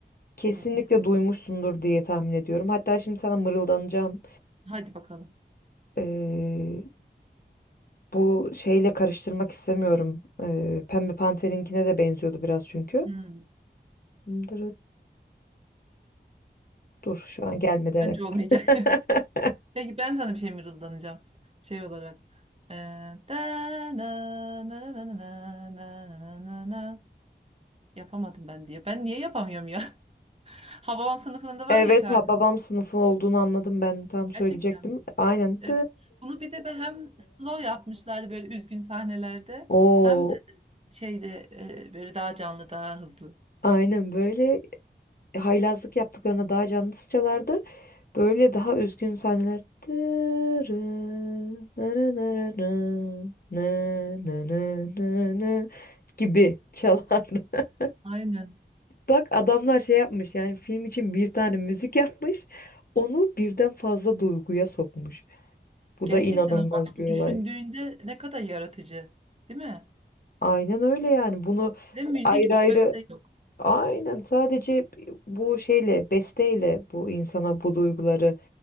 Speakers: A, on the left; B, on the right.
A: kesinlikle
B: Olabilir.
A: duymuşsundur diye tahmin ediyorum. Hatta şimdi sana mırıldanacağım.
B: Hadi bakalım.
A: Ee, bu şeyle karıştırmak istemiyorum. Ee, Pembe Panter'inkine de benziyordu biraz çünkü.
B: Hmm.
A: Dırıttı. Dur şu an gelmedi evet.
B: Bence olmayacak.
A: <laughs>
B: <laughs> Peki ben sana bir şey mırıldanacağım. Şey olarak. Ee, da na na na na na na na na na na. Yapamadım ben diye. Ben niye yapamıyorum ya? <laughs> Hababam sınıfında var
A: Evet
B: ya şarkı.
A: ba- babam sınıfı olduğunu anladım ben tam söyleyecektim.
B: Gerçekten mi?
A: Aynen.
B: Evet. Bunu bir de be- hem slow yapmışlardı böyle üzgün sahnelerde.
A: O
B: Hem de şeyde e, böyle daha canlı daha hızlı.
A: aynen böyle E, haylazlık yaptıklarına daha canlısı çalardı. Böyle daha üzgün sahneler. Dırı, nırı nırı nı, nı nı nı nı nı gibi çalardı. <laughs>
B: Aynen.
A: Bak adamlar şey yapmış yani film için bir tane müzik yapmış. Onu birden fazla duyguya sokmuş. Bu
B: Gerçekten
A: da inanılmaz
B: bak
A: bir
B: düşündüğünde
A: olay.
B: ne kadar yaratıcı. Değil mi?
A: Aynen öyle yani. Bunu
B: Ve müzik
A: ayrı
B: bu
A: ayrı
B: sözde yok.
A: aynen sadece bu şeyle besteyle bu insana bu duyguları